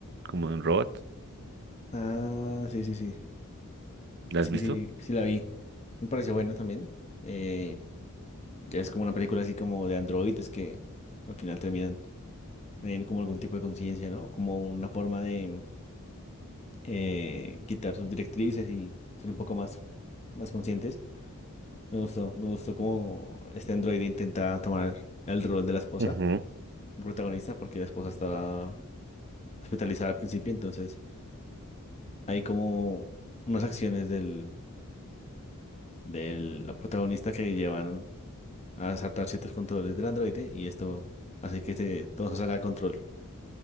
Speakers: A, on the right; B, on the left.
A: como de un robot.
B: Ah, sí, sí, sí.
A: ¿La
B: Sí,
A: has visto?
B: sí, sí la vi. Me pareció buena también. Eh, Ya es como una película así como de androides que al final terminan teniendo como algún tipo de conciencia, ¿no? Como una forma de eh, quitar sus directrices y ser un poco más, más conscientes. Me gustó, me gustó cómo este androide intenta tomar el rol de la esposa,
A: Ujú,
B: el protagonista, porque la esposa estaba hospitalizada al principio, entonces hay como unas acciones del, del protagonista que llevan a saltar ciertos controles del androide y esto hace que se, todo se salga de control.